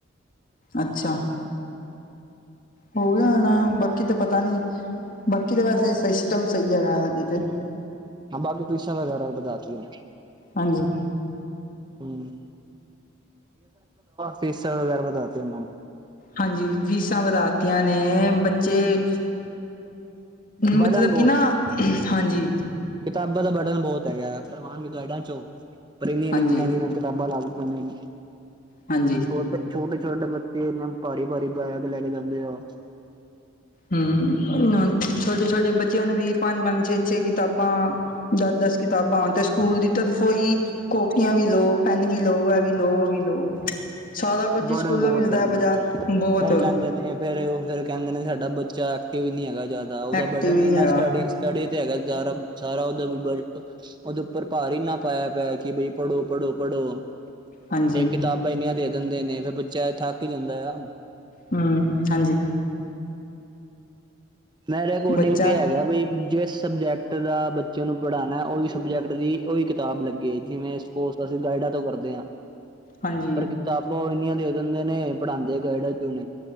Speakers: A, on the left; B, on the right.
A: ਅੱਛਾ। ਹੋ ਗਿਆ ਹੋਣਾ ਬਾਕੀ ਤਾਂ ਪਤਾ ਨੀ ਬਾਕੀ ਤਾਂ ਵੈਸੇ ਸਿਸਟਮ ਸਹੀ ਹੈਗਾ ਹਜੇ ਤੇ
B: ਹਾ ਬਾਕੀ ਫੀਸਾ ਵਗੈਰਾ ਵਧਾ ਤੀਆ
A: ਹਾਂਜੀ।
B: ਹਮ ਫੀਸਾਂ ਵਗੈਰਾ ਵਧਾਤੀ ਉਹਨਾਂ ਨੂੰ
A: ਹਾਂਜੀ ਫੀਸਾਂ ਵਧਾਤੀਆਂ ਨੇ ਬੱਚੇ
B: ਬਰਡਨ
A: ਮਤਲਬ
B: ਬਹੁਤ
A: ਕਿ ਨਾ
B: ਏ।
A: ਹਾਂਜੀ
B: ਕਿਤਾਬਾਂ ਦਾ ਬਰਡਨ ਬੋਤ ਹੈਗਾ ਕਰਵਾਨਗੇ ਗਾਈਡਾਂ ਚੋਂ ਪਰ ਇੰਨੀ ਇੰਨੀ
A: ਹਾਂਜੀ,
B: ਮਹਿੰਗੀਆਂ ਕਿਤਾਬਾਂ ਲਾ ਦਿੰਦੇ ਨੇ
A: ਹਾਂਜੀ।
B: ਛੋਟੇ, ਛੋਟੇ ਬੱਚੇ ਇੰ ਨੇਭਾਰੀ ਭਾਰੀ ਬੈਗ ਲੈ ਕੇ ਜਾਂਦੇ ਆ
A: ਹਮ ਓਨਾ ਛੋਟੇ ਛੋਟੇ ਬੱਚਿਆਂ ਨੂੰ ਵੀ ਪੰਜ-ਪੰਜ, ਛੇ-ਛੇ ਕਿਤਾਬਾਂ ਦਸ ਦਸ ਕਿਤਾਬਾਂ ਹੋਨ ਤੇ ਸਕੂਲ ਦੀ ਤਰਫੋ ਹੀ ਕੋਪੀਆਂ ਵੀ ਲਓ ਪੈਨ ਵੀ ਲਓ ਆ ਵੀ ਲਓ ਵੀ ਲਓ ਸਾਰਾ ਕੋਜ
B: ਬਰਡਨ
A: ਈਂ ਸਕੂਲੋਂ
B: ਬਹੁਤ
A: ਮਿਲਦੈ,
B: ਪੈ ਜਾਂਦਾ
A: ਬਜਾਰ ਬੋਤ
B: ਫੇਰ ਕਹਿੰਦੇ ਨੇ ਫੇਰ ਓ ਫੇਰ ਕੈਂ ਦੇ ਨੇ ਸਾਡਾ ਬੱਚਾ ਐਕਟਿਵ ਨੀ ਹੈਗਾ ਜਾਦਾ, ਓਦਾ
A: ਐਕਟਿਵ
B: ਬਰਡਨ
A: ਨੀ
B: ਏਨਾ
A: ਹੈਗਾ
B: ਸਟੱਡੀ ਸਟਡੀ ਤੇ ਹੈਗਾ ਜਾ ਸਾਰਾ ਓਦਾ ਓਦੇ ਉੱਪਰ ਭਾਰ ਈ ਇੰਨਾ ਪਾਇਆ ਪੇਆ ਕਿ ਬਈ ਪੜੋ-ਪੜੋ-ਪੜੋ।
A: ਹਾਂਜੀ।
B: ਏ ਕਿਤਾਬਾਂ ਇੰਨੀਆਂ ਦੇ ਦਿੰਦੇ ਨੇ ਫੇਰ ਬੱਚਾ ਥੱਕ ਈ ਜਾਂਦਾ ਆ।
A: ਹੁੰ, ਹਾਂਜੀ।
B: ਮੇਰੇ ਐਕੋਟਿੰਗ
A: ਬੱਚਾ
B: ਤੇ ਹੈਗਾ ਬਈ ਜਿਸ ਸਬਜੈਕਟ ਦਾ ਬੱਚੇ ਨੂੰ ਪੜਾਨੈ, ਓਈ ਸਬਜੈਕਟ ਦੀ ਓਈ ਕਿਤਾਬ ਲੱਗੇ, ਜਿਵੇਂ ਸਪੋਜ ਅਸੀਂ ਗਾਈਡਾਂ ਤੋਂ ਕਰਦੇ ਆਂ।
A: ਹਾਂਜੀ
B: ਪਰ ਕਿਤਾਬਾਂ ਓ ਏਨੀਆਂ ਦੇ ਦਿੰਦੇ ਨੇ ਪੜਾਦੇ ਗਾਈਡਾਂ ਚੋਂ ਨੇ